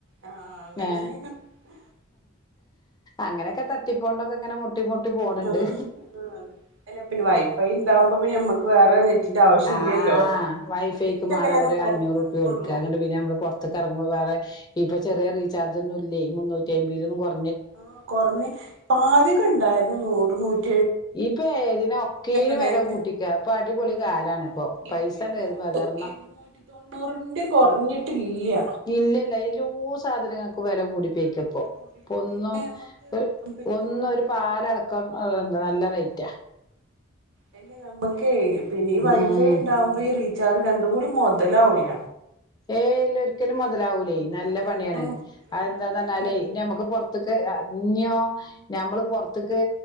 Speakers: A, on the right; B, on the left.
A: ആഹ് അങ്ങനെ
B: ഹേ
A: ചെയ്യ
B: അങ്ങനൊക്കെ തട്ടിപ്പോണ്ട ക്ക് ങ്ങനെ മുട്ടി മുട്ടി പോണ്
A: ആഹ്
B: ണ്ട്
A: അല്ല പിന്നെ വൈഫൈ ഉണ്ടാവുമ്പോ പിന്നെ നമ്മക്ക് വേറെ നെറ്റിന്റെ ആവശ്യം
B: ആഹ്
A: ഇല്ലല്ലോ
B: വൈഫൈക്കും
A: എപ്പോഴെങ്കിലൊക്കെല്ലേ
B: വേണൊരു
A: ഒന്ന് പുറത്തിറങ്ങുള്ളൂ
B: അഞ്ഞൂറ്പ്യ കൊടുക്കാണ്ട് പിന്നെ നമ്മള് പുറത്തക്ക് ഇറങ്ങുമ്പോ വേറെ ഇപ്പൊ ചെറിയ റീചാർജ് ഒന്നുല്ലേയ് മുന്നൂറ്റയ്ബിലൊന്നും കുര്
A: ആ കൊറഞ്ഞ ആദ്യൊക്കെ ണ്ടായിരുന്നു നൂറ് നൂറ്റയ്
B: ഇപ്പൊ ഏതിനാ ഒക്കേനും
A: ഉണ്ടായിരുന്നു
B: വെല കൂട്ടിക്കാ പ്പൊ അടിപൊളി
A: ഇപ്പൊ
B: കാലാണ്പ്പൊ പൈസങ്ങട്ടേറുമ്പോ
A: ഇപ്പൊ ഇരുന്നൂ
B: പ്രചരണം
A: ഇരുന്നൂറ്റി തൊണ്ണൂറിന്റെ കുറഞ്ഞിട്ടില്ല
B: ഇല്ലല്ല എല്ലോ സാധനങ്ങക്കു വെല കൂടി കപ്പോ
A: കൂടിട്ട്
B: പൊന്നും
A: പിന്നെ നമുക്ക്
B: ഒര്
A: പിന്നെന്താണ്
B: ഒന്നും ഒരു പാലടക്കം ന്താണ് ആയിറ്റ
A: അയ്ന് നമ്മുകൈ പിന്നെ ഈ വൈഫൈ
B: ഉം
A: ഉണ്ടാവുമ്പോ ഈ റീചാർജ് രണ്ട് ണ്ടും കൂടി മൊതലാവൂല
B: ഏയ് ഇല്ല ഒരിക്കലും മുതലാവൂലേ നല്ല
A: രണ്ടും
B: പണിയാണ്
A: രണ്ടിനും
B: അത് എന്താന്ന് പറഞ്ഞാല്
A: വേണ്ടേ അപ്പൊ
B: ഇ നമ്മുക്ക് പുറത്തേക്ക് ഇഞ്ഞോ ഞമ്മള് പുറത്തേക്ക്